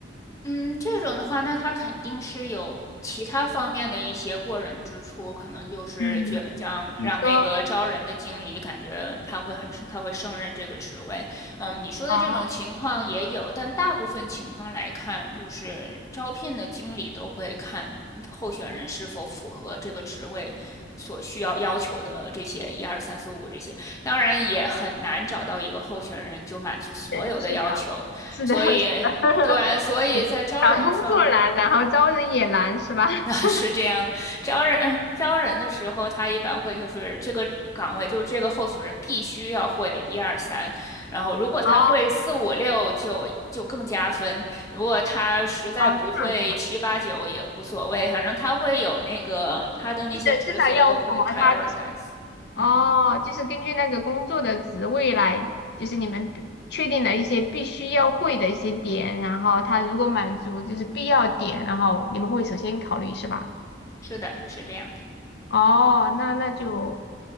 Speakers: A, on the left; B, on the left.
A: 嗯，这种的话，那他肯定是有其他方面的一些过人之处，可能就是觉让让那个招人的经理感觉他会很他会胜任这个职位。
B: 嗯。比如说。
A: 嗯，你说的这种情况也有，
B: 哦，
A: 但大部分情况来看，就是招聘的经理都会看候选人是否符合这个职位所需要要求的这些一二三四五这些。当然，也很难找到一个候选人就满足所有的要求。
B: 对，是的，是的，
A: 所以
B: 是的 <laughs>
A: 对，所以在招人方
B: 找工作难，然后招人也难，是吧？
A: <laughs>
B: <laughs>
A: 啊，是这样的，招人呃招人的时候，他一般会就是这个岗位，就这个候选人必须要会一二三，然后如果他会四五六就就更加分，
B: 哦，
A: 如果他实在不会七八九也无所谓，
B: 哦，这样子啦，
A: 反正他会有那个他的那些职责都会
B: 就是至少要符合他，
A: prioritize。
B: 就是哦，
A: 嗯，
B: 就是根据那个工作的职位来，就是你们比确定的一些必须要会的一些点，然后他如果满足就是必要点，然后你们会首先考虑，是吧？
A: 是的，是这样的。
B: 哦，那那就，